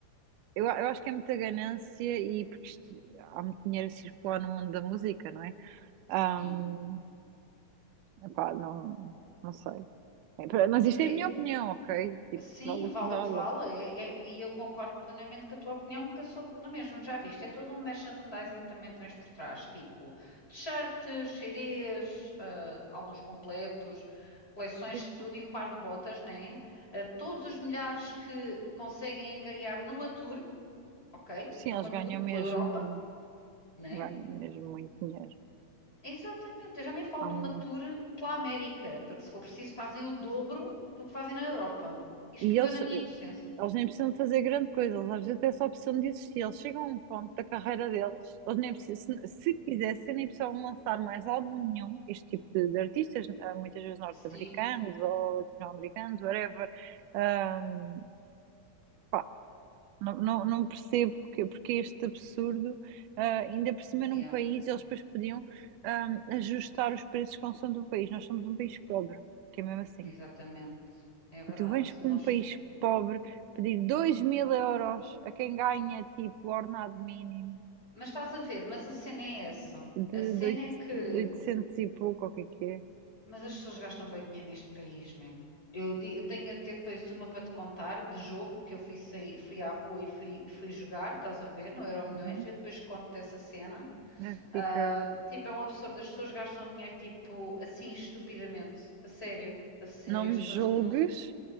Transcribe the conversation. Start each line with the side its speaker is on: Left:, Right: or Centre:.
Right: Eu, eu acho que é muita ganância e porque isto- há muito dinheiro a circular no mundo da música, não é? Ahm,
Left: Sim.
Right: epá, não, não sei. É, pra- mas isto
Left: É,
Right: é a minha opinião, ok? Tipo,
Left: sim,
Right: vale o
Left: vale
Right: que vale.
Left: o que vale. É- é- e eu concordo plenamente com a tua opinião, porque eu sou na mesma, já viste. É todo um merchandising também tens por trás, tipo t-shirts, CDs, ah, álbuns completos, coleções
Right: Sim,
Left: de tudo
Right: sim.
Left: e um par de botas, né? Ah, todos os milhares que conseguem angariar numa tour, ok?
Right: Sim,
Left: Numa
Right: eles ganham
Left: tour
Right: mesmo,
Left: pela Europa, né?
Right: ganham mesmo muito dinheiro.
Left: Exatamente, eu já nem falo
Right: Há
Left: numa
Right: muito.
Left: tour pela América, porque se for preciso fazem o dobro do que fazem na Europa. Isto
Right: E eles,
Left: eu na minha
Right: eh,
Left: inocência.
Right: eles nem precisam de fazer grande coisa, eles às vezes até só precisam de existir. Eles chegam a um ponto da carreira deles, eles nem precisam, se, se quisessem, nem precisavam lançar mais álbum nenhum. Este tipo de, de artistas, eh, muitas vezes norte-americanos
Left: Sim,
Right: ou latino-americanos, whatever. Ahm, pá, não, não, não percebo porque, porque este absurdo, ah, ainda por cima num
Left: yeah,
Right: país, eles depois podiam, ahm, ajustar os preços consoante o país. Nós somos um país pobre, que é mesmo assim.
Left: exatamente, é verdade.
Right: E tu vens para
Left: Nós...
Right: um país pobre pedir dois mil euros a quem ganha tipo ordenado mínimo
Left: Mas estás a ver, mas a cena é essa.
Right: de,
Left: A
Right: de
Left: cena
Right: oito-
Left: é que.
Right: de 800 e pouco, ou o que é que é?
Left: Mas as pessoas gastam bem dinheiro neste país, man. Eu, di- eu tenho até depois uma para te contar de jogo que eu fui, sair, fui à rua e fui, fui jogar, estás a ver, no Euromilhões.
Right: Uhum.
Left: Eu depois conto dessa cena.
Right: É, Fica.
Left: Ah, tipo, é um absurdo. As pessoas gastam dinheiro, tipo, assim, estupidamente. A sério. A sério.
Right: Não
Left: As
Right: me
Left: pessoas
Right: julgues,
Left: não se.